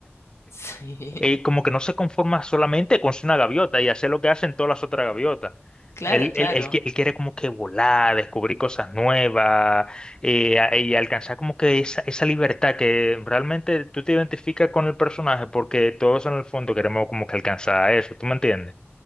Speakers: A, on the left; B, on the left.
A: Sí,
B: <laughs> él como que no se conforma solamente con ser una gaviota y hacer lo que hacen todas las otras gaviotas.
A: claro,
B: Él,
A: claro.
B: él- él qui- él quiere como que volar, descubrir cosas nuevas eh, a- y alcanzar como que esa, esa libertad que realmente tú te identificas con el personaje porque todos en el fondo queremos como que alcanzar eso, ¿tú me entiendes?